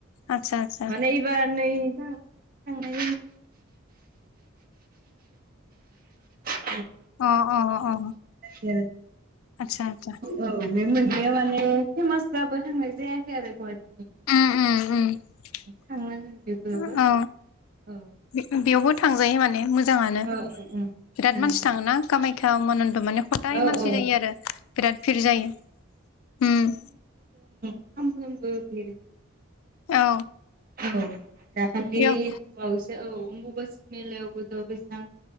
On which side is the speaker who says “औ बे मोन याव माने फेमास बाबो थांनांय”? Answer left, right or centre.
Right